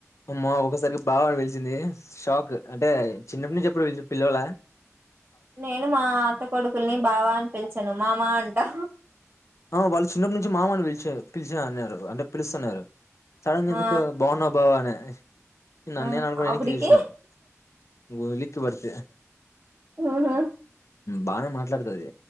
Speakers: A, on the left (about 65°); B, on the right (about 35°).
A: అమ్మ ఒకస్ సరి బావ అని విల్చిందీ షాక్ అంటే చిన్నప్పట్నుంచి ఎప్పుడు పి పిలవలా
B: నేనూ మా అత్త కొడుకుల్ని బావా అని పిలిచను మామా అంటా
A: ఆ వాళ్ళు చిన్నప్పటి నుంచి మామని పిలిచారు పిలిచా అన్నారు అంటే పిలుస్తున్నారు సడన్గా
B: ఆ
A: ఎందుకు బాగున్నా బావ అనే నన్నేన్
B: ఆ
A: అన్క
B: అప్పటికి
A: ఎనకి తీశణలిక్ బర్తే
B: అవునా
A: బాగానే మాట్లాడుతుది